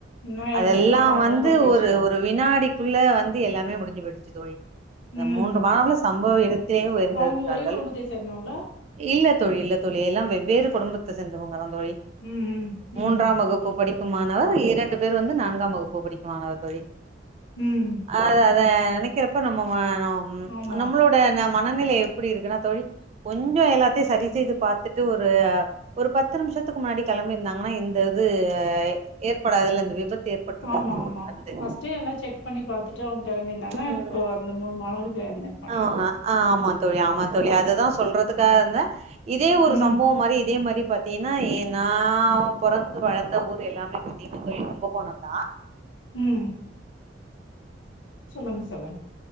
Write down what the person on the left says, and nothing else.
இன்னு
என்னன்னா அவ
படிக்க வச்சுக்குவாங்க
ம்
அவங்க ஒரே குடும்பத்தை சேர்ந்தவங்களா
ம், ம், ம்,
ம்.
ஆமா.
ஆமா ஆமா
ஃபர்ஸ்ட்டே எல்லா செக் பண்ணி பாத் த்துட்டு அவங்க கெளம்பிருந்தாங்கனா
இப்ப அந்த மூணு மாணவர்கள் எறந்துருக்கமாட்
ம்,
ம் சொல்லுங்க சொல்லுங்க